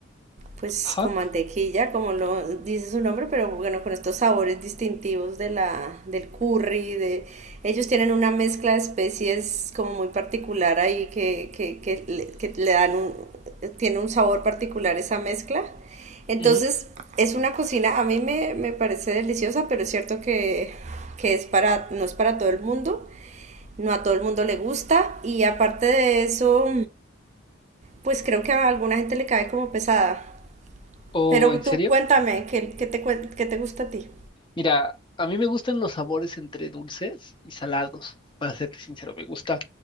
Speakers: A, on the right; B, on the left.
A: pues
B: Ajá.
A: con mantequilla, como lo dice su nombre, pero bueno, con estos sabores distintivos de la, del curry, de ellos tienen una mezcla de especies como muy particular ahí que, que, que, le- que le dan un, tiene un sabor particular esa mezcla. Entonces,
B: ujú.
A: es una cocina, a mí me, me parece deliciosa, pero es cierto que, que es para, no es para todo el mundo no a todo el mundo le gusta y aparte de eso, pues creo que a alguna gente le cae como pesada.
B: ¿O
A: Pero
B: en serio?
A: tú cuéntame, ¿qué, qué te, cuen- qué te gusta a ti?
B: Mira, a mí me gustan los sabores entre dulces y salados, para serte sincero. Me gusta,